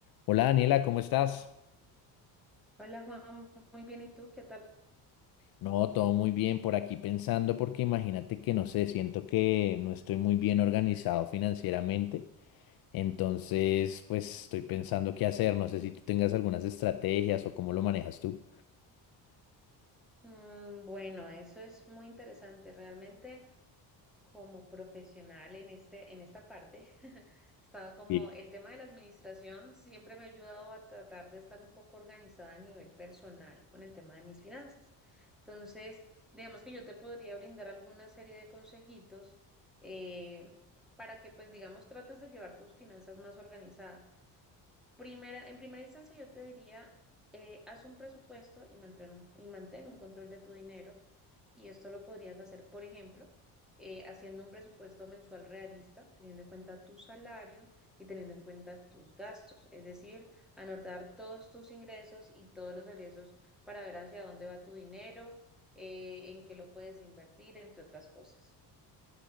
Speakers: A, on the left (about 60°); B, in the centre.
A: Hola Daniela, ¿cómo estás?
B: Hola Juan, muy bien, ¿y tú qué tal?
A: No, todo muy bien por aquí pensando porque imagínate que no sé, siento que no estoy muy bien organizado financieramente, entonces pues estoy pensando qué hacer, no sé si tú tengas algunas estrategias o cómo lo manejas tú.
B: Mm, bueno, eso es muy interesante. Realmente como profesional en este, en esta parte, <laughs> he estado como
A: Sí.
B: el tema de la administración siempre me ha ayudado a tratar de estar un poco organizada a nivel personal con el tema de mis finanzas. Entonces, digamos que yo te podría brindar alguna serie de consejitos eh, para que pues digamos trates de llevar tus finanzas más organizadas. Primera, en primera instancia, yo te diría, eh, haz un presupuesto y mantén un, y mantén un control de tu dinero. Y esto lo podrías hacer, por ejemplo, eh, haciendo un presupuesto mensual realista, teniendo en cuenta tu salario y teniendo en cuenta tus gastos. Es decir, anotar todos tus ingresos y todos los egresos para ver hacia dónde va tu dinero, eh, en qué lo puedes invertir, entre otras cosas.